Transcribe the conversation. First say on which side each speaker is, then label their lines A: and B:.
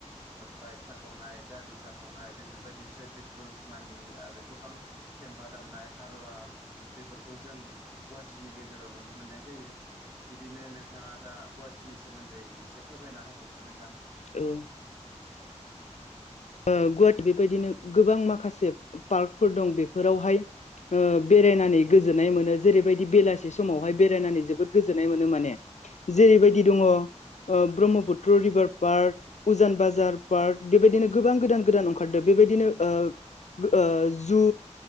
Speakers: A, on the right; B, on the left.
A: बाइक साखावनाय गारि साखावनाय बेफोरबायदि ट्रेफिक रुल्स मानि आरो गोबां पेम्फा दामनाय हारला बेफोरखौ जों गुवाटिनि गेजेर राव नुनो मोननाय जायो बिदिनो नोंथाङा दा गुवाटिनि सोमोन्दै इसे फोरमायना होबावदो नोंथां।
B: औ ओ गुवाट बेबायदिनो गोबां माखासे पार्कफोर दं बेफोरावहाय ओ बेरायनानै गोजोननाय मोनो जेरैबायदि बेलासि समावहाय बेरायनानै जोबोद गोजोननाय मोनो माने। जेरैबायदि दङ ओ ब्रह्मपुत्र रिभार पार्क उजान बाजार पार्क बेबायदिनो गोबां गोदान गोदान ओंखारदों बेबायदिनो ओ गो ओ जु